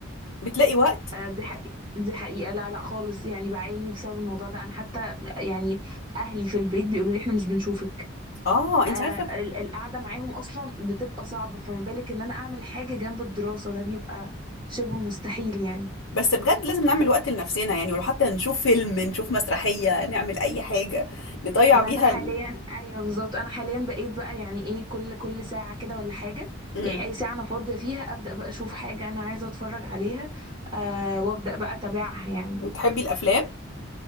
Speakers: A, on the left (about 75°); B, on the right (about 20°).
A: بتلاقي وقت
B: آه، دي حقيقة دي حقيقة لا لا خالص يعني بعاني بسبب الموضوع ده أنا حتى يعني أهلي في البيت بيقولوا لي إحنا مش بنشوفك
A: اه انت
B: آه
A: عارفه
B: ال- القعدة معاهم أصلا بتبقى صعبة فما بالك إن أنا أعمل حاجة جنب الدراسة ده بيبقى شبه مستحيل يعني
A: بس بجد لازم نعمل وقت لنفسنا يعني ولو حتى نشوف فيلم نشوف مسرحية نعمل أي حاجة نضيع
B: ما
A: بيها
B: أنا حاليا
A: ال...
B: أيوه بالظبط أنا حاليا بقيت بقى يعني إيه كل كل ساعة كده ولا حاجة
A: مم.
B: يعني أي ساعة أنا فاضية فيها أبدأ بقى أشوف حاجة أنا عايزة أتفرج عليها آه وأبدأ بقى أتابعها يعني
A: بتحبي الأفلام؟